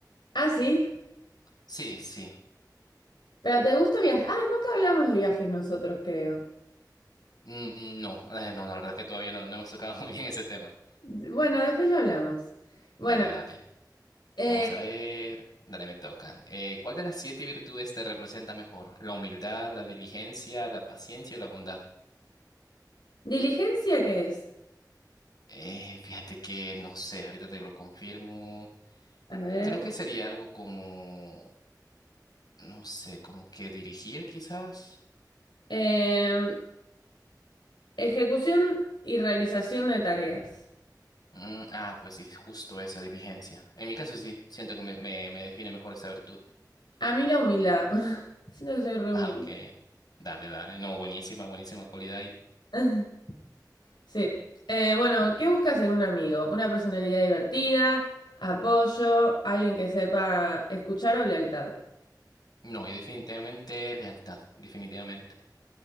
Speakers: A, on the left; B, on the left.
A: Ah, sí.
B: Sí, sí.
A: Pero ¿te gusta viajar? Ah, nunca hablamos de viajes nosotros, creo.
B: Mm, No, eh, no, la verdad es que todavía no, no hemos tocado <laughs> muy bien ese tema.
A: Bueno, después lo hablamos. Bueno.
B: Dale, dale.
A: Eh,
B: Vamos a ver. Dale, me toca. Eh, ¿cuál de las siete virtudes te representa mejor? ¿La humildad, la diligencia, la paciencia o la bondad?
A: ¿diligencia qué es?
B: Eh, fíjate que no sé, ahorita te lo confirmo.
A: A ver.
B: Creo que sería algo como, no sé, como que dirigir quizás.
A: eh, ejecución y realización de tareas.
B: Mm, ah, pues sí, justo esa diligencia. En mi caso sí, siento que me, me, me define mejor esa virtud.
A: A mí la humildad. <laughs> Siento que soy re
B: Ah,
A: humilde.
B: ok. Dale, dale. No, buenísima, buenísima cualidad.
A: <laughs> Sí. Eh, bueno, ¿qué buscas en un amigo? Una personalidad divertida, apoyo, alguien que sepa escuchar o lealtad.
B: No, yo definitivamente lealtad, definitivamente.